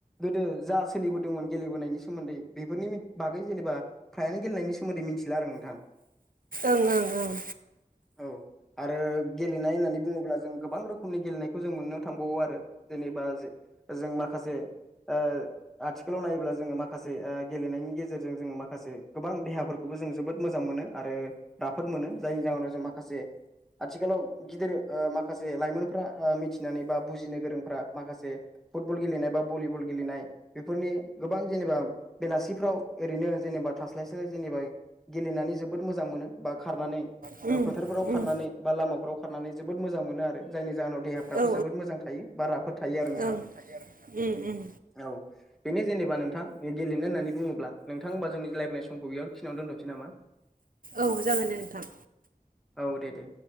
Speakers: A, in the centre; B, on the right.
A: गोदो जा सोलिबोदोंमोन गेलेबोनायनि सोमोन्दै बेफोरनि बागै जेनेबा फ्रायानो गेलेनायनि सोमोन्दै मिथिला आरो नोंथां
B: ओं ओं ओं
A: औ आरो गेलेनाय होननानै बुङोब्ला जों गोबां रोखोमनि गेलेनायखौ जों मोननो थांबावो आरो जेनेबा जों माखासे ओ आथिखालाव नायोब्ला जोङो माखासे गेलेनायनि गेजेरजों जोङो माखासे गोबां देहाफोर खौबो जों जोबोद मोजां मोनो आरो राफोद मोनो जायनि जाहोनाव जों माखासे आथिखालाव गिदिर ओ माखासे लाइमोनफ्रा ओ मिथिनानै बा बुजिनो गोरोंफ्रा माखासे फुटबल गेलेनाय बा भलिबल गेलेनाय बेफोरनि गोबां जेनेबा बेलासिफ्राव ओरैनो जेनेबा थास्लाय स्लाय जेनेबा गेलेनानै जोबोद मोजां मोनो बा खारनानै
B: उम
A: फोथारफोराव
B: उम
A: खारनानै बा लामाफोराव खारनानै जोबोद मोजां मोनो आरो जायनि जाहोनाव देहाफ्राबो
B: औ
A: जोबोद मोजां थायो बा राफोद थायो आरो नोंथां
B: ओं उम उम
A: औ बेनो जेनेबा नोंथां गेलेनो होननानै बुङोब्ला नोंथां होमबा जों रायलानाय समखौ बेयाव खिनियाव दोनथसै नामा
B: औ जागोन दे नोंथां
A: औ दे दे